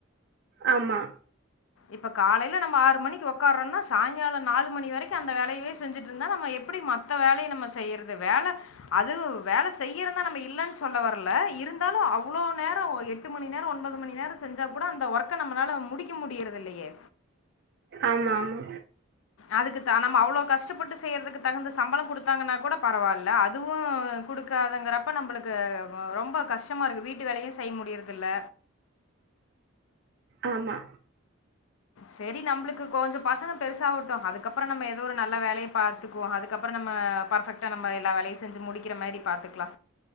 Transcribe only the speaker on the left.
இப்ப காலையில நம்ம ஆறு மணிக்கு உக்காறோம்னா சாயங்காலோ நாலு மணி வரைக்கு அந்த வேலையவே செஞ்சுட்டு இருந்தா நம்ம எப்படி மத்த வேலைய நம்ம செய்யறது வேல அது வேல செய்யறந்தா நம்ம இல்லன்னு சொல்ல வரல இருந்தாலு அவ்வுளோ நேரோ எட்டு மணி நேரோ ஒன்பது மணி நேரோ செஞ்சா கூட அந்த ஒர்க்க நம்மளால முடிக்க முடியறது முடியறதில்லையே
அதுக்கு தான் நம்ம அவ்வளவு கஷ்டப்பட்டு செய்யறதுக்கு தகுந்த சம்பளம் குடுத்தாங்கன்னா கூட பரவால்ல அதுவு குடுக்காதுங்கறப்ப நம்மளுக்கு ரொம்ப கஷ்டமா இருக்கு வீட்டு வேலையு செய்ய முடியறது இல்ல
செரி நம்மளுக்கு கொஞ்சு பசங்க பெருசாகட்டு அதுக்கப்புறோ நம்ம ஏதோ ஒரு நல்ல வேலைய பாத்துக்குவோ அதுக்கப்புறோ நம்ம பர்ஃபெக்டா நம்ம எல்லா வேலையு செஞ்சு முடிக்கிற மாரி பாத்துக்கலா